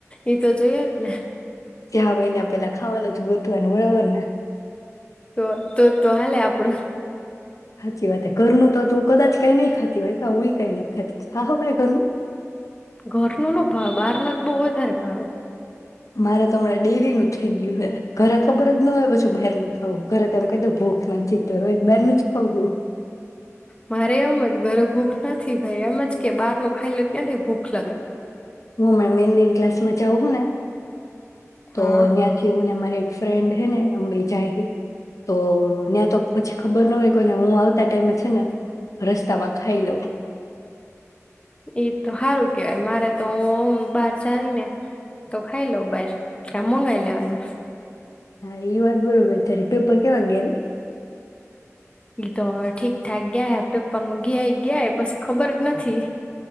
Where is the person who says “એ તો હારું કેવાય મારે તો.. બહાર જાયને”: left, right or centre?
Left